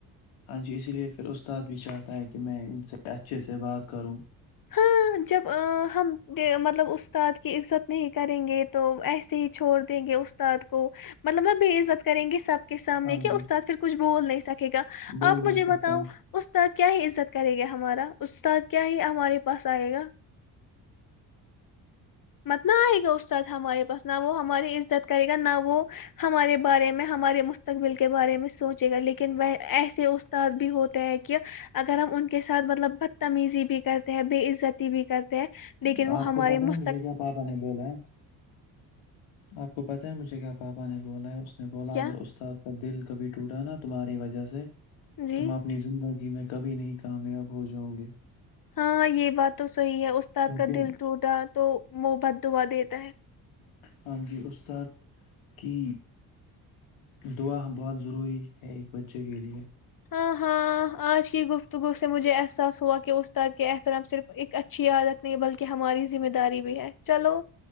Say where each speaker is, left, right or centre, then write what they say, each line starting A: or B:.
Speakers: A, on the left; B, on the left.
A: ہاں جی اسی لیے پھر استاد بھی چاہتا ہے کہ میں ان سے اچھے سے بات کروں
B: ہاں جب ہم مطلب استاد کی عزت نہیں کریں گے تو ایسے ہی چھوڑ دیں گے استاد کو مطلب نہ بے عزت کریں گے سب کے سامنے
A: ہاں
B: کے
A: جی
B: اس سھ پھر کچھ بول نہیں سکتے گا
A: بول
B: آپ
A: نہیں
B: مجھے
A: سکتا
B: بتاؤ اس طر عزت کریں گے ہمارا استاد کیا ہے ہمارے بس آئے گا مت نہ آئے گا استاد ہمارے پاس نہ وہ ہماری عزت کرے گا نہ وہ ہمارے بارے میں ہمارے مستقبل کے بارے میں سوچے گا لیکن ایسے استاد بھی ہوتے ہے کہ اگر ہم ان کے ساتھ مطلب بدتمیزی بھی کرتے ہیں بے عزتی بھی کرتے ہیں
A: ہے۔
B: لیکن وہ
A: آپ
B: ہمارے
A: کو پتہ
B: م
A: ہے مجھے کیا پاپا نے بولا ہے آپ کو پتا ہے مجھے کیا پاپا نے بولایا اس بولا
B: کیا
A: اگر استاد کا دل کبھی ٹوٹا نا تمہاری وجہ سے
B: جی
A: تم اپنی زندگی میں کبھی نہیں کامیاب ہو جاؤں گے
B: ہاں یہ بات تو صحیح ہے استاد
A: کیونکہ
B: کا دل ٹوٹا تو محبد دعا دی <inaudible>
A: ہاں جی استا کہ دعا بہت ضروری ہے ایک بچے کے لیے
B: ہاں ہاں آج کی گفتگو سے مجھے احساس ہوا کہ استاد کے احترام صرف ایک اچھی عادت نہیں بلکہ ہماری ذمہ داری بھی ہے چلو